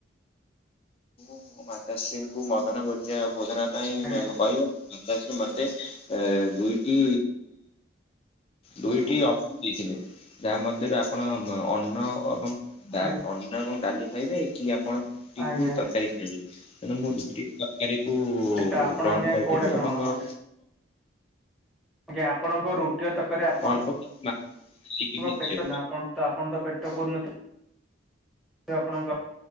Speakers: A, on the left; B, in the centre.
A: ମୋ ମାତାଶ୍ରୀଙ୍କୁ ମଧ୍ୟାହ୍ନ ଭୋଜ୍ୟା ଭୋଜନ ପାଇଁ
B: ଆଜ୍ଞା
A: କହିବେ। ମାତାଶ୍ରୀ ମତେ ଦୁଇ ଟି ଦୁଇଟି ଅ ଦେଇଥିଲେ ଯାହା ମଧ୍ୟରୁ ଆପଣ ଅନ୍ନ ଏବଂ ଡା
B: ଆଜ୍ଞା
A: ଅନ୍ନ ଏବଂ ଡାଲି ଖାଇବେ କି ଆପଣ ରୁଟିକୁ
B: ଆଜ୍ଞା
A: ତରକାରୀ ଖାଇବେ ତେଣୁ ମୁଁ ରୁଟି ତରକାରୀକୁ
B: ତ ଆପଣ
A: ଗ୍ରହଣ
B: ଆଜ୍ଞା
A: କରିଥିଲି
B: କୋଉଟା ଗ୍ରହଣ
A: ଏବଂ
B: କଲେ
A: ଓ
B: ଆଜ୍ଞା ଆପଣଙ୍କ ରୁଟିଆ ତରକାରି ଆପଣଙ୍କ
A: ଅଳ୍ପ କିଛି ମାତ୍ରାରେ ଖାଇକି ବି
B: ପେଟ
A: ଅଛି
B: ନା ଆପଣ ତ ଆପଣ ତ ପେଟ ପୁରିନଥିବ ଆପଣଙ୍କ